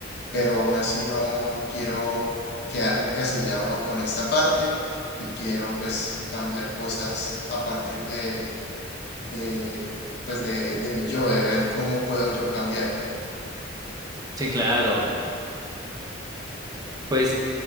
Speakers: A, on the left (about 55°); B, on the right (about 20°).
A: pero aún así no, no quiero quedarme encasillado con esta parte y quiero pues cambiar cosas a partir de, de pues de, de mi yo, de ver cómo puedo yo cambiar.
B: Sí, claro. Pues